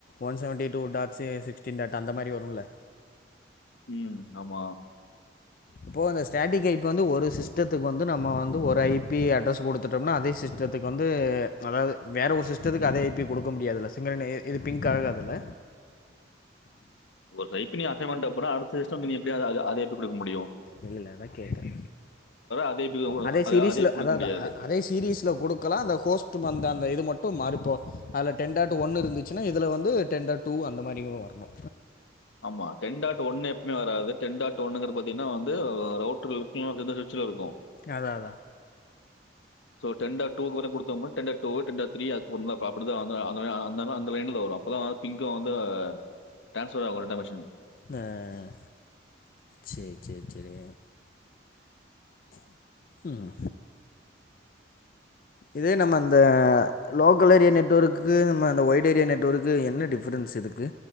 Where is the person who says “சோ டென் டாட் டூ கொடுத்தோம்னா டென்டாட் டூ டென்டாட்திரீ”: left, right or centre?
Left